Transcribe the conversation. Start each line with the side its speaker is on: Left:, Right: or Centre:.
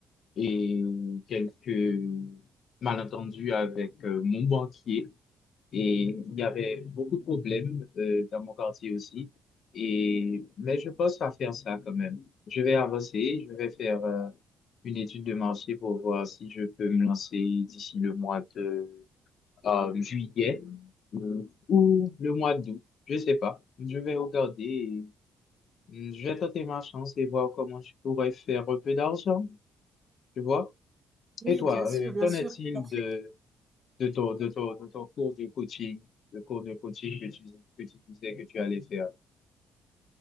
Left: et, quelques malentendus avec euh, mon banquier et il y avait beaucoup de problèmes euh, dans mon quartier aussi. Et, mais je pense à faire ça quand même. Je vais avancer, je vais faire euh, une étude de marché pour voir si je peux me lancer d'ici le mois de euh, juillet euh, ou le mois d'août. Je sais pas. Je vais regarder Hmm, Je vais tenter ma chance et voir comment je pourrais faire un peu d'argent, tu vois.
Right: Oui,
Left: Et toi,
Right: bien sûr,
Left: euh, qu'en
Right: bien sûr.
Left: est-il
Right: En fait,
Left: de, de ton, de ton, de ton cours de coaching, le cours de coaching que tu, que tu disais que tu allais faire?